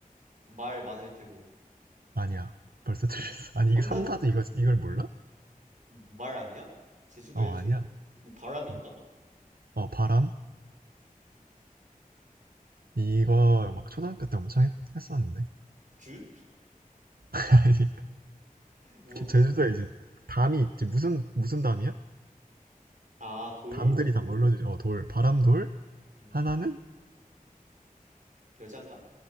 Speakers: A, on the right; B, on the right.
A: 말 많을 테고.
B: 아니야. 벌써 틀렸어.
A: 응?
B: 아니,
A: 삼다돈
B: 이게 삼다도 이거, 이걸 몰라?
A: 말 아니야? 제주도에는
B: 어, 아니야.
A: 색, 뭐 바람인가?
B: 어, 어, 바람? 이거 막 초등학교 때 엄청 했, 었는데
A: 귤?
B: <laughs> 아니,
A: 뭐,
B: 제주도에 이제 담이 있지. 무슨, 무슨 담이야?
A: 아, 돌.
B: 담들이 다 뭘로, 주- 어, 돌, 바람돌,
A: 음,
B: 하나는
A: 여잔가?